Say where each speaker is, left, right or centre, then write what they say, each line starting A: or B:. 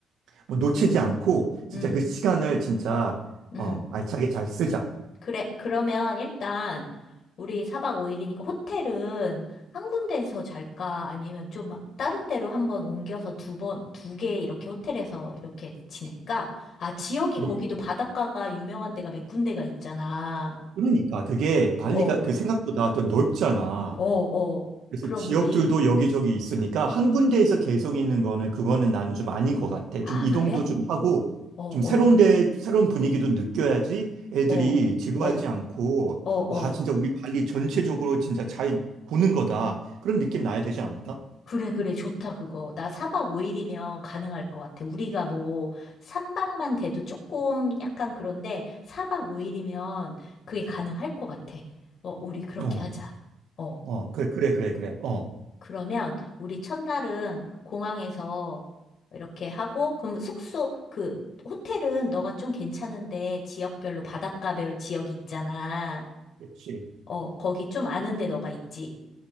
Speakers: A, on the right; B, on the left.
A: 뭐 놓치지
B: 음.
A: 않고 진짜
B: 음,
A: 그 시간을 진짜
B: 음.
A: 어 알차게 잘 쓰자.
B: 그래. 그러면 일단 우리 4박 5일이니까 호텔은 한 군데에서 잘까? 아니면 좀 다른 데로 한번 옮겨서 두 번, 두 개 이렇게 호텔에서 이렇게 지낼까? 아, 지역이
A: 근데
B: 거기도
A: 그-
B: 바닷가가 유명한 데가 몇 군데가 있잖아.
A: 그러니까 그게 발리가
B: 어,
A: 그 생각보다 또 넓잖아.
B: 어, 어.
A: 그래서
B: 그럼
A: 지역들도
B: 우리,
A: 여기저기 있으니까 한 군데에서 계속 있는 거는 그거는 나는 좀 아닌 것 같아.
B: 아,
A: 좀 이동도
B: 그래?
A: 좀 하고
B: 어, 어,
A: 좀 새로운 데 새로운 분위기도 느껴야지 애들이
B: 어,
A: 지루하지
B: 어,
A: 않고
B: 어, 어.
A: 와 진짜 우리 발리 전체적으로 진짜 잘 보는 거다 그런 느낌 나야 되지 않을까?
B: 그래, 그래, 좋다, 그거. 나 4박 5일이면 가능할 것 같아. 우리가 뭐, 3박만 돼도 조금 약간 그런데, 4박 5일이면 그게 가능할 것 같아. 어, 우리 그렇게
A: 어,
B: 하자. 어,
A: 어, 그래, 그래, 그래, 그래. 어,
B: 그러면, 우리 첫날은 공항에서 이렇게 하고, 그럼 숙소, 그, 호텔은 너가 좀 괜찮은데, 지역별로 바닷가별 지역이 있잖아.
A: 그렇지.
B: 어, 거기 좀 아는데 너가 있지.